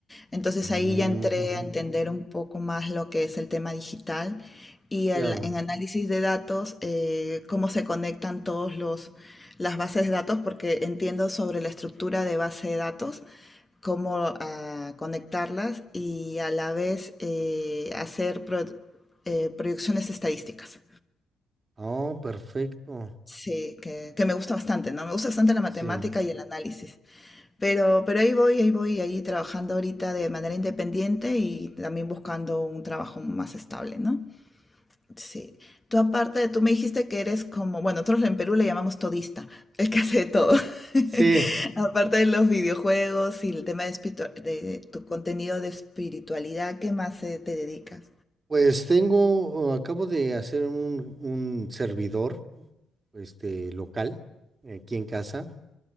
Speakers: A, on the left; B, on the right.
A: Entonces
B: Mm,
A: ahí ya entré
B: ujú,
A: a entender un poco más lo que es el tema digital y el-
B: Claro.
A: en análisis de datos, eh, cómo se conectan todos los, las bases de datos, porque entiendo sobre la estructura de base de datos, cómo ah, conectarlas y a la vez eh, hacer pro- eh, proyecciones estadísticas.
B: Oh, perfecto.
A: Sí, que, que me gusta bastante, ¿no? Me gusta bastante la matemática
B: Sí.
A: y el análisis. Pero, pero ahí voy, ahí voy, ahí trabajando ahorita de manera independiente y también buscando un trabajo más estable, ¿no? Sí. Tú aparte, tú me dijiste que eres como, bueno, nosotros en Perú le llamamos todista, <laughs> el que hace de todo. <laughs>
B: Sí,
A: Aparte de los videojuegos y el tema de, espiritu- de tu contenido de espiritualidad, ¿qué más eh, te dedicas?
B: pues tengo, acabo de hacer un, un servidor, este, local, aquí en casa,